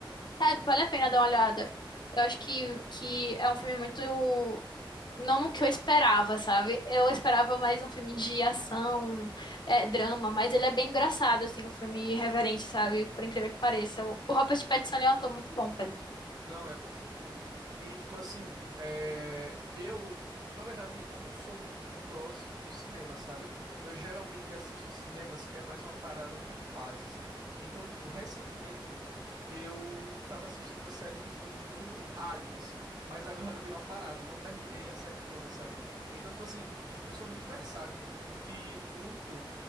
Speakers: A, on the left (about 55°); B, on the right (about 50°).
A: É, vale a pena dar uma olhada. Eu acho que, que é um filme muito... Não no que eu esperava, sabe? Eu esperava mais um filme de ação, é, drama, mas ele é bem engraçado, assim, um filme irreverente, sabe? Por incrível que pareça. O, o Robert Pattinson, ele é um ator muito bom, velho.
B: Não, é com certeza. E tipo assim, é, eu, na verdade, eu não sou muito próximo do cinema, sabe? Eu geralmente assisto cinemas, é mais uma parada de fases. Então, tipo, recentemente eu tava assistindo a série de filmes do Aliens, mas agora <laughs> dei uma parada, eu não terminei a série toda, sabe? Então, tipo assim, eu sou muito versátil, mano. Eu curti muito